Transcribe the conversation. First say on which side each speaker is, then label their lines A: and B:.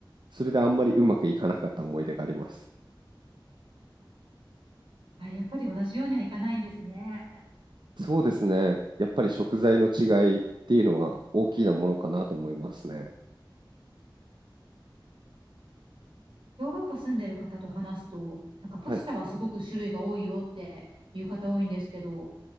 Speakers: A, on the right; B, on the right.
A: それであんまりうまくいかなかった思い出があります。
B: あ、やっぱり同じようにはいかないんですね。
A: そうですね。やっぱり食材の違いっていうのは大きなものかなと思いますね。
B: ヨーロッパ住んでる方と話すと、なんかパスタはすごく種類が多いよっていう方多いんですけど、
A: はい。